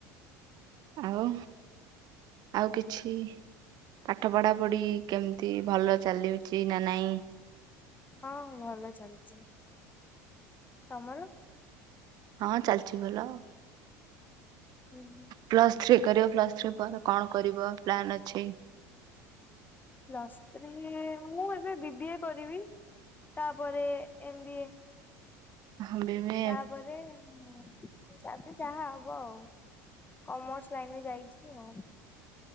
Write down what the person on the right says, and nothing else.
ଆଉ ଆଉ କିଛି ପାଠ ପଢା ପଢି କେମିତି ଭଲ ଚାଲିଛି ନା ନାଇଁ?
ହଁ ଚାଲିଛି ଭଲ।
ପ୍ଲସ୍ ଥ୍ରୀ କରିବ ପ୍ଲସ୍ ଥ୍ରୀ ପରେ କଣ କରିବ ପ୍ଲାନ୍ ଅଛି?
ହ ବି <unintelligible>